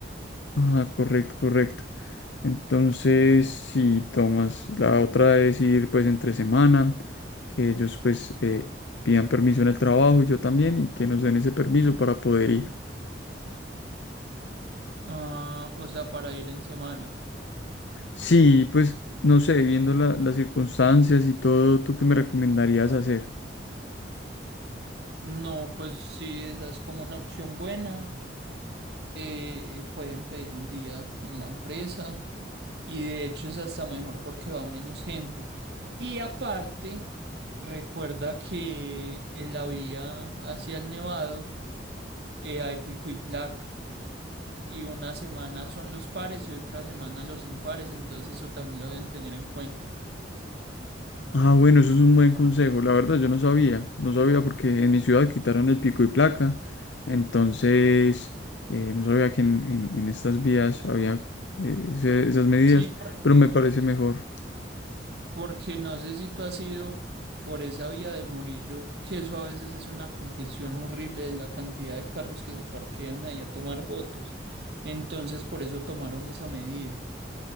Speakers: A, on the left; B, on the right.
A: Ah, correcto, correcto. Entonces, si tomas, la otra es ir pues entre semana, que ellos pues eh, pidan permiso en el trabajo y yo también, y que nos den ese permiso para poder ir.
B: Ah, o sea, para ir en semana.
A: Sí, pues no sé, viendo la- las circunstancias y todo, ¿tú qué me recomendarías hacer?
B: No, pues sí, esa es como una opción buena. Eh, pueden pedir un día en la empresa y de hecho es hasta mejor porque va menos gente. Y aparte, recuerda que en la vía hacia el Nevado eh, hay pico y placa y una semana son los pares y otra semana los impares, entonces eso también lo deben tener en cuenta.
A: Ah, bueno, eso es un buen consejo. La verdad, yo no sabía, no sabía porque en mi ciudad quitaron el pico y placa, entonces eh, no sabía que en, en- en estas vías había eh, ese- esas medidas,
B: Sí, porque
A: pero me parece mejor.
B: Porque no sé si tú has ido por esa vía de Murillo, que eso a veces es una congestión horrible de la cantidad de carros que se parquean ahí a tomar fotos. Entonces, por eso tomaron esa medida.